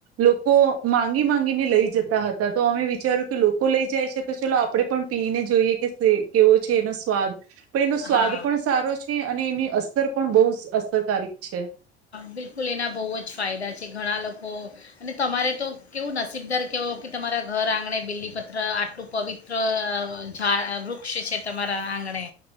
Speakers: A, on the right; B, on the left.
A: લોકો માંગી માંગીને લઈ જતા હતા, તો અમે વિચાર્યું કે લોકો લઈ જાય છે. તો ચલો આપડે પણ પીને જોઈએ કે કેવો છે એનો સ્વાદ પણ એનો સ્વાદ
B: હા
A: પણ સારો છે. અને એની અસર પણ બહુ અસર તારીખ છે.
B: બિલકુલ એના બહુ જ ફાયદા છે. ઘણા લોકો અને તમારે તો કેવું નસીબદાર કવો કે, તમારા ઘર આંગણે બીલીપત્ર આટલું પવિત્ર ઝાડ વૃક્ષ છે. તમારા આંગણે